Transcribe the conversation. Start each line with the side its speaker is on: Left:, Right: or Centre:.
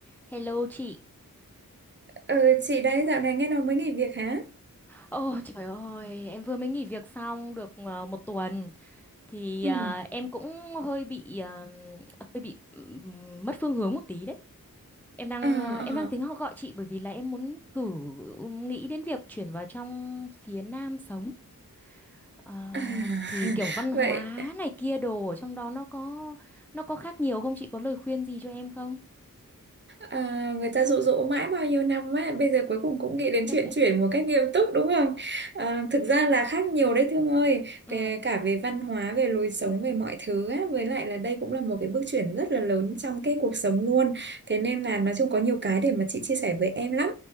Centre: Hello chị.
Right: Ừ, chị đấy dạo này nghe nói mới nghỉ việc hả?
Centre: Ồ trời ơi, em vừa mới nghỉ việc xong được ờ, một tuần thì
Right: Ừ.
Centre: ờ, em cũng hơi bị ờ, hơi bị ừm, mất phương hướng một tí đấy. Em đang
Right: Ờ,
Centre: ờ, em
Right: ờ.
Centre: đang tính họ gọi chị bởi vì là em muốn thử nghĩ đến việc chuyển vào trong phía Nam sống. Ờ,
Right: À, <laughs>
Centre: thì kiểu văn hóa
Right: vậy
Centre: này kia đồ ở trong đó nó có nó có khác nhiều không? Chị có lời khuyên gì cho em không?
Right: À, người ta dụ dỗ mãi bao nhiêu năm á bây giờ cuối cùng cũng nghĩ đến
Centre: <laughs>
Right: chuyện chuyển một cách nghiêm túc đúng không à, thực ra là khác nhiều đấy Thương ơi
Centre: Ừ,
Right: Kể cả về văn hóa về lối sống về mọi thứ á với lại là đây cũng là một cái bước chuyển rất là lớn trong cái cuộc sống luôn thế nên là nói chung có nhiều cái để mà chị chia sẻ với em lắm